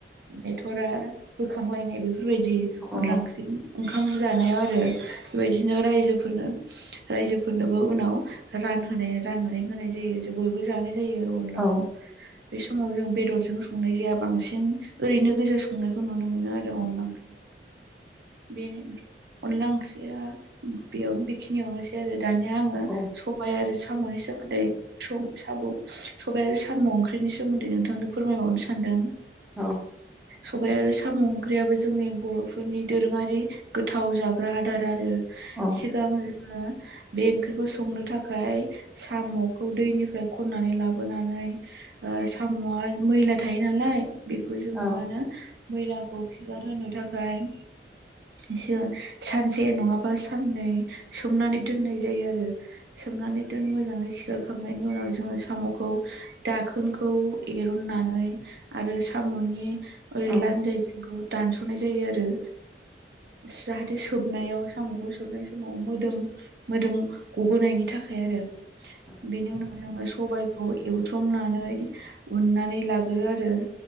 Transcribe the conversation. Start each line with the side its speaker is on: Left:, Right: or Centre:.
Right: मेथरा बोखांलायनाय बेफोरबायदि
Centre: औ औ
Right: अनला ओंख्रि ओंखाम जानायाव आरो बेबायदिनो रायजोफोरनो रायजोफोरनोबो उनाव रान होनाय आरो राननानै होनाय जायो बयबो जानाय जायो आरो अनलाखौ
Centre: औ
Right: बे समाव जों बेदरजों संनाय जाया बांसिन ओरैनो गोजा संनायखौ नुनो मोनो आरो अनला ओंख्रियाव। बेनो अनला ओंख्रिया बेयाव बेखिनियावनोसै आरो दानिया आङो
Centre: औ
Right: सबाय आरो साम'नि सोमोन्दै साम' सबाय आरो साम' ओंख्रिनि सोमोन्दै नोंथांनो फोरमायबावनो सानदों।
Centre: औ
Right: सबाय आरो साम' ओंख्रियाबो जोंनि बर'फोरनि दोरोङारि गोथाव जाग्रा आदार आरो।
Centre: औ
Right: सिगां जोङो बे ओंख्रिखौ संनो थाखाय साम'खौ दैनिफ्राय खन्नानै लाबोनानै ओ साम'आ मैला थायो नालाय बेखौ जोङो
Centre: औ
Right: मा होनो मैलाखौ खिगार होनो थाखाय एसे सानसे नङाबा साननै सोमनानै दोननाय जायो आरो सोमनानै दोम मोजाङै खिगारखांनायनि उनाव जोङो साम'खौ दाखोनखौ एर'ननानै आरो साम'नि ओरै
Centre: औ
Right: लान्जाइखौ दानस'नाय जायो आरो। जाहाथे सोबनायाव साम'खौ सोबनाय समाव मोदोम मोदोम गबोनायनि थाखाय आरो बेनि उनाव जोङो सबायखौ एवथ्रमनानै उननानै लाग गोरो आरो